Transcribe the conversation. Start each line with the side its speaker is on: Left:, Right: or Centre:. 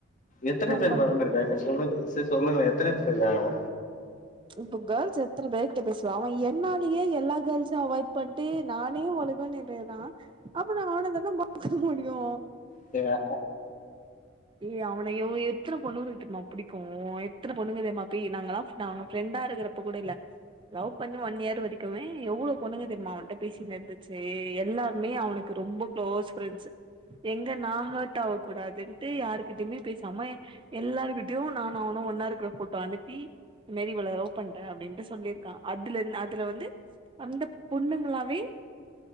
Left: எத்தன
Right: ஃபோன்
Left: பேர்
Right: பண்றதுக்கு
Left: மேடம் இருக்காங்க சொல்லு சே சொல்லுங்க எத்தன ப்ரக்காங்க
Right: இப்பு கள் செப் த்துர பைக் கிட்ட பேசுவே அவன் என்னாலியே எல்லா கேர்ள்ஸு அவாய்ட் பண்ட்டு நானே ஒழுகனு எரேதா அப்ப நா ஆனந்தனா மப்புக்கு முடியு
Left: சே ஆ
Right: ஏய் அவன எவ் எத்தன பொண்ணுங்கள்ட்டுமா பிடிக்கு எத்தன பொண்ணுதே மா பெய் நாங்களாஃப் நாங்க ஃப்ரெண்டா இருக்குறப் ப்ப கூடில்ல லவ் பண்ணி ஒன் இயர் வரிக்குமே எவ்ளோ பொண்ணுங்க தெரிமா அவன்ட்ட பேசி நேந்துச்சே எல்லார்மே அவனுக்கு ரொம்ப க்ளோஸ் ஃப்ரெண்ஸு எங்க நா ஹட் ஆவ்கூடாதென் த்தே யாரு்கிட்டயுமே பேசாம எல்லாருக்கிட்டயு நான் அவ்னு ஒன்னா இருக்குற ஃபோட்டோ அனுப்பி மெரி வள லௌ பண்றே அப்படின்ட்டு சொல்லிருக்கா அதுலெர் அதுல வந்து அந்த பொண்ணுங்களாவே